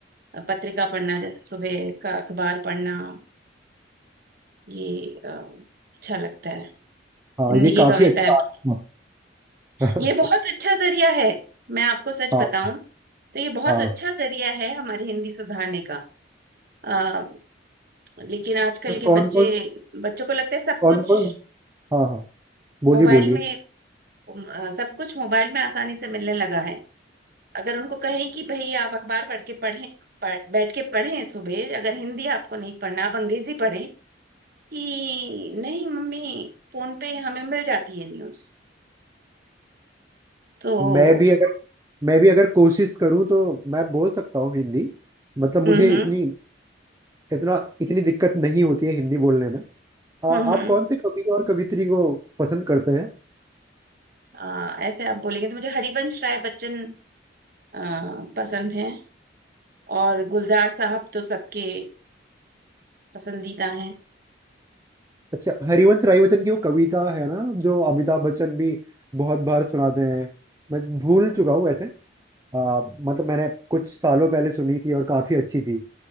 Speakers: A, on the right (about 50°); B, on the right (about 15°).
A: पत्रिका पढ़ना जैसे सुबह का अखबार पढ़ना ये अ, अच्छा लगता है
B: हाँ
A: हिंदी
B: ये
A: की
B: काफी
A: कविताएं
B: अच्छा
A: पढ़-
B: हाँ <laughs>
A: ये बहुत अच्छा जरिया है मैं आपको सच
B: हाँ
A: बताऊं तो ये बहुत
B: हाँ।
A: अच्छा जरिया है हमारी हिंदी सुधारने का आ, लेकिन आजकल
B: तो
A: के
B: कौन
A: बच्चे
B: कौन
A: बच्चों को लगता है सब
B: कौन
A: कुछ
B: कौन हाँ हाँ बोलिए
A: मोबाइल
B: बोलिए
A: में अ, सब कुछ मोबाइल में आसानी से मिलने लगा है अगर उनको कहें कि भैया आप अखबार पढ़ के पढ़ें पढ़, बैठ के पढ़ें सुबह अगर हिंदी आपको नहीं पढ़ना आप अंग्रेजी पढ़ें कि नहीं मम्मी फोन पे हमें मिल जाती है न्यूज तो
B: मैं भी अगर मैं भी अगर कोशिश करूँ तो मैं बोल सकता हूँ हिंदी मतलब मुझे
A: हम्म हम्म
B: इतनी इतना इतनी दिक्कत नहीं होती है हिंदी बोलने में आ, आप
A: हम्म हम्म,
B: कौन से कवि और कवित्री को पसंद करते हैं
A: आ, ऐसे आप बोलेंगे तो मुझे हरिवंश राय बच्चन आ, पसंद है और गुलजार साहब तो सबके पसंदीदा हैं
B: अच्छा हरिवंश राय बच्चन की वो कविता है ना जो अमिताभ बच्चन भी बहुत बार सुनाते हैं मैं भूल चुका हूँ वैसे आ, मतलब मैंने कुछ सालों पहले सुनी थी और काफी अच्छी थी